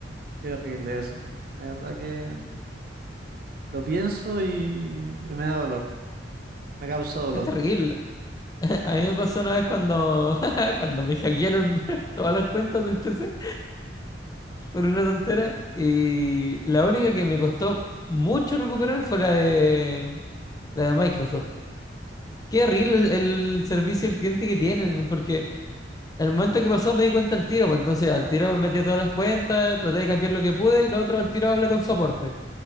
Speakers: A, on the right; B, on the left.
A: qué horrible eso. La verdad que mm, lo pienso y, y me da dolor, me causa dolor.
B: Es terrible. <laughs> A mí me pasó una vez cuando, <laughs> cuando me hackearon <laughs> todas las cuentas del PC por una tontera y la única que me costó mucho recuperar fue la de, la de Microsoft. Qué horrible el, el servicio al cliente que tienen, porque al momento que pasó me di cuenta al tiro, pues entonces al tiro me metí a todas las cuentas, traté de cambiar lo que pude y lo otro al tiro hablé con soporte.